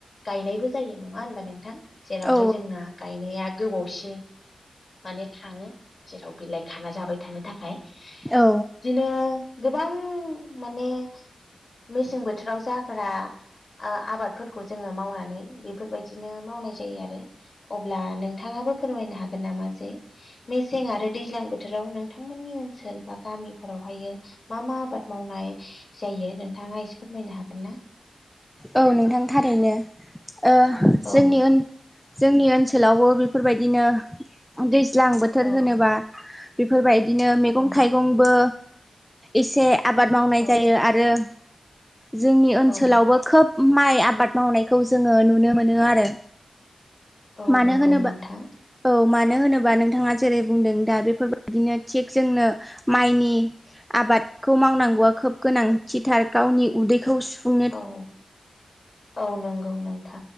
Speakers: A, on the left; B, in the centre.
A: गायनायबो जायो नङा होनबा नोंथां जेरावहाय
B: औ
A: जोंना गायनाया गोबावसिन माने खााङो जेराव बिलाइ खाना जाबाय थानो थाखाय इदिनो
B: औ
A: गोबां माने मेसें बोथोराव जाग्रा आ--आबादफोरखौ जोङो मावनानै बेफोरबायदिनो मावनाय जायो आरो अब्ला नोंथाङा फोरमायनो हागोन नामा जे मेसें आरो दैज्लां बोथोराव नोंथांमोननि ओनसोल बा गामिफोर फोरावहायो मा मा आबाद मावनाय जायो नोंथाङा एसे फोरमायनो हागोन ना
B: औ नोंथां थारैनो ओक्षजोंनि
A: औ
B: जोंनि ओनसोलावबो बेफोरबायदिनो दै ज्लां बोथोर
A: औ
B: होनोबा बेफोरबायदिनो मैगं
A: औ
B: थाइगंबो एसे आबाद मावनाय
A: औ
B: जायो आरो जोंनि ओनसोलावबो
A: औ
B: खोब माइ आबाद मावनायखौ जोङो नुनो मोनो आरो
A: औ
B: मानो
A: नंगौ
B: होनोबा
A: नोंथां
B: औ मानो होनोबा नोंथाङा जेरै बुंदों दा बेफोरबायदिनो थिग जोंनो माइनि आबादखौ मावनांगौवआ खोब गोनांथिथार गावनि उदैखौ सुफुं
A: औ औ नंगौ नों